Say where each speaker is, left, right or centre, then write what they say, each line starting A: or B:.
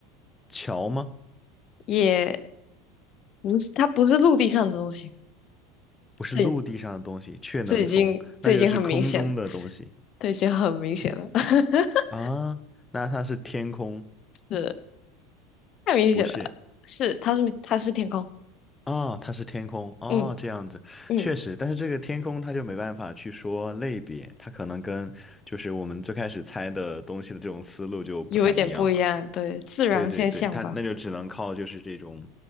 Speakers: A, on the left (about 15°); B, on the left (about 40°).
A: 桥吗？
B: 也不是，它不是陆地上的东西。
A: 不是陆地上的东西，
B: 这
A: 却能从，
B: 这已经这已经很明显了，
A: 那就是空中的东西
B: 这已经很明显了，<laughs>
A: 啊。那它是天空，
B: 是太明显了，
A: 不是
B: 是它是它是天空，
A: 啊，它是天空哦，
B: 嗯
A: 这样子确实，
B: 嗯，
A: 但是这个天空它就没办法去说类别，它可能跟就是我们最开始猜的东西的这种思路就不太一样了。
B: 有一点不一样，对，自然现象吧，
A: 对对对，它那就只能靠就是这种，